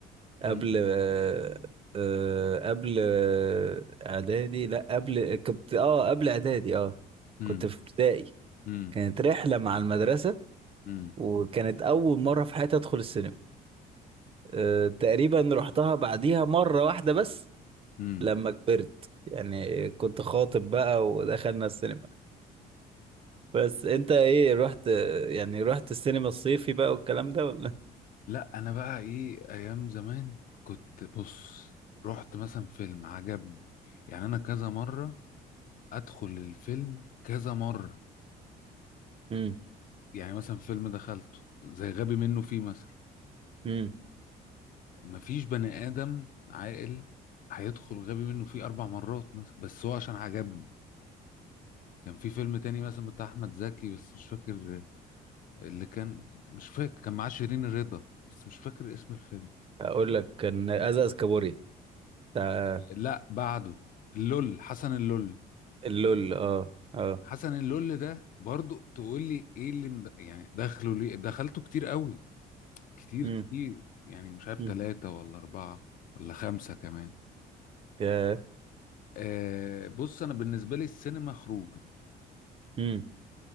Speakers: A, on the right; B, on the left.
A: قبل
B: امم
A: آه، آه، قبل آه، اعدادي لا قبل كنت اه قبل اعدادي اه
B: امم
A: كنت في ابتدائي
B: امم
A: كانت رحلة مع المدرسة
B: امم
A: وكانت اول مرة في حياتي ادخل السينما آه، تقريبا رحتها بعديها مرة واحدة بس
B: امم
A: لما كبرت يعني كنت خاطب بقى ودخلنا السينما بس انت ايه رحت يعني رحت السينما الصيفي بقى والكلام ده ولا
B: لا انا بقى ايه ايام زمان كنت بص رحت مثلا فيلم عجبني يعني انا كذا مرة ادخل الفيلم كذا مرة
A: امم
B: يعني مثلا فيلم دخلته زي غبي منه فيه مثلا
A: امم
B: مفيش بني آدم عاقل هيدخل غبي منه فيه أربع مرات مثلا بس هو عشان عجبني كان في فيلم تاني مثلا بتاع أحمد زكي بس مش فاكر اللي كان مش فاكر كان معاه شيرين الرضا بس مش فاكر اسم الفيلم
A: اقول لك كان ازاز كابوري بتاع
B: لا بعده اللول حسن اللول
A: اللول اه اه
B: حسن اللول ده برضو تقول لي ايه اللي مد... يعني دخله ليه دخلته كتير قوي كتير
A: امم
B: كتير يعني مش عارف
A: امم
B: ثلاثة ولا أربعة ولا خمسة كمان
A: يا
B: آه بص انا بالنسبه لي السينما خروج
A: امم